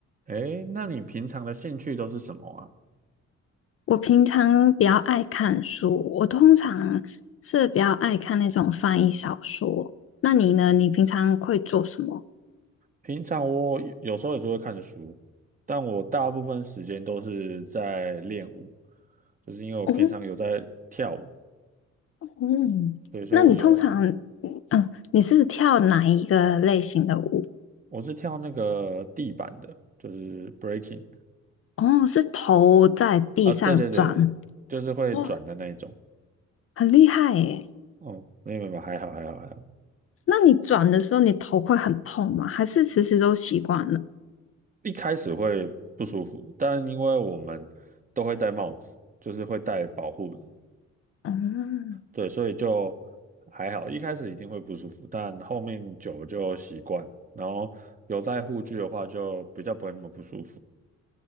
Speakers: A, on the right; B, on the left.
A: 诶，那你平常的兴趣都是什么啊？
B: 我平常比较爱看书，我通常是比较爱看那种翻译小说。那你呢？你平常会做什么？
A: 平常我有有时候也是会看书，但我大部分时间都是在练舞，就是因为我平常有在跳舞，
B: 哦，嗯，
A: 对，所以我有
B: 那你通常，嗯，哦你是跳哪一个类型的舞？
A: 我是跳那个地板的，就是 breaking
B: 哦，是头在地上转，
A: 啊，对对对，就是会转的那一种。
B: 哇，很厉害耶。
A: 哦，没有，没有还好还好还好，
B: 那你转的时候，你头会很痛吗？还是其实都习惯了？
A: 一开始会不舒服，但因为我们都会戴帽子，就是会戴保护的。
B: 嗯，
A: 对，所以就还好，一开始一定会不舒服，但后面久了就习惯，然后有戴护具的话就比较不会那么不舒服。